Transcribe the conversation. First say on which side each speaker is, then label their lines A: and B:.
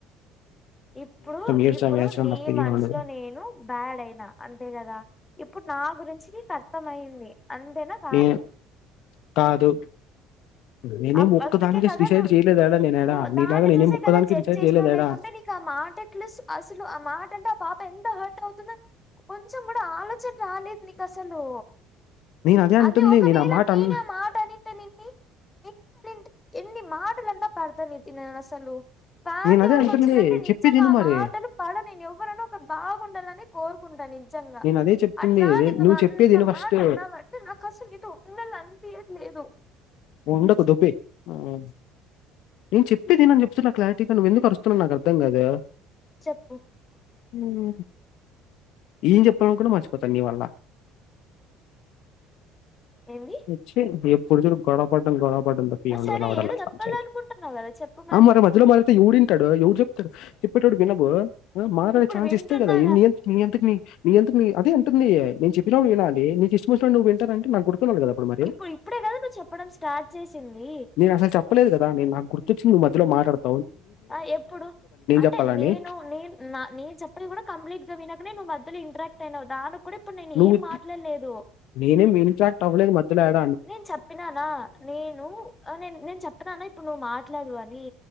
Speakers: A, on the left (about 20°); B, on the left (about 75°).
A: ఇప్పుడు
B: ఏడ్చడం
A: ఇప్పుడు
B: ఏడ్చడం
A: నీ
B: తప్ప
A: మనసులో
B: ఏం ఉండదు
A: నేను బ్యాడ్ అయినా అంతే గదా ఇప్పుడు నా గురించి కర్థమయింది అంతేనా కా
B: ఏం కాదు నేనేం
A: అప్
B: ఒక్కదానికే
A: అందుకే కదా
B: డిసైడ్
A: నువ్వు
B: చేయలేదాడా నేనేడా
A: నువ్వు
B: నీలాగా
A: దాన్ని
B: నేనేం
A: చూసే
B: ఒక్కదానికే
A: కదా జడ్జ్
B: డిసైడ్
A: చేసినావ్
B: చేయలేదాడా
A: లేకుంటే నీకు ఆ మాటలు అసలు ఆ మాట ఎంతుంటే ఆ పాప ఎంత హర్ట్ అవుతుంద కొంచెం కూడా ఆలోచన రాలేదు నీకు అసలు
B: నేను అంటుంది
A: అదే ఒకవేళ
B: నేను ఆ మాట
A: నేనే
B: అన్
A: ఆ మాట అనింటె నిన్ని నేనంటే ఎన్ని మాటలన్న పెడతా నితిన్ నేన్ అస్సలు ఫ్యామిలీ
B: నేను అదే
A: వరకు
B: అంటుంది
A: వచ్చిందంటే నిజంగా
B: చెప్పేదిను
A: ఆ
B: మరి
A: మాటలు పడ నేను ఎవరన ఒక బాగుండాలని కోరుకుంట జంగా
B: నేను అదే చెప్తుంది
A: అట్లాంటిది నువ్వు అంత
B: చెప్పేదిను ఫస్ట్
A: మాట అన్నావంటే నాకు అసలు నీతో ఉండాలన్ తినట్లేదు
B: ఉండకు దొబ్బెయ్ హ్మ్ నేను చెప్పేది విను అని చెప్తున్న క్లారిటీగా నువ్వు ఎందుకు అరుస్తున్నాను నాకు అర్ధం కాదు
A: చెప్పు
B: హ్మ్ హు ఏం చెప్పాల అనుకున్న కూడా మర్చిపోతా నీ వల్ల
A: ఏంది
B: చ్చే ఏ ఎప్పుడూ చూడు గొడవ పడ్డం గొడవ పడ్డం తప్ప ఏం
A: ఆ,
B: ఉండదు
A: సరే ఏదో
B: <unintelligible>
A: చెప్పాలనుకుంటున్నావు
B: పంచాయితీ
A: కదా చెప్పు
B: ఆ మరి మధ్యలో మాట్లాడితే ఎవ్వుడు ఇన్ ప్తాడు ఎవడు చెప్తాడు చెప్పేటప్పుడు వినవు <unintelligible> మాటడే
A: ఇప్పుడు
B: ఛాన్స్
A: వింటున్నా
B: ఇస్తే కదా ఎన్నీ ఏం నీ అంతకు నీ నీ అంతక్ నీ అదే అంటుంది నే చెప్పినప్పుడు వినాలి నీకు ఇష్టంచ్చినడు నువ్వు వింటానంటే నా గుర్ <unintelligible> కదా అప్పుడు మరి
A: ఇప్పుడు ఇప్పుడే కదా నువ్వు చెప్పడం స్టార్ట్ చేసింది
B: నేను అసలు చెప్పలేదు కదా నేను నాకు గుర్తొచ్చిందివ్ మా ధ్యలో మాట్లాడదు
A: ఆ ఎప్పుడు అంటే
B: చెప్పాలని.
A: నేను నేను నా నేను చెప్పది కూడా కంప్లీట్ గా విన కానీ నువ్ మధ్యలో ఇంటరాక్ట్ అయినావు దానికి కూడా ఇప్పుడు నేను
B: నువ్వు
A: ఏం మాట్లాడలేదు
B: నేనేం ఇన్ఫాక్ట్ అవ్వలేదు మద్యలో యాడ్
A: నెను చెప్పినానా నేను నె నేను చెప్పిననా ఇప్పుడు నువ్వు మాట్లాడు అని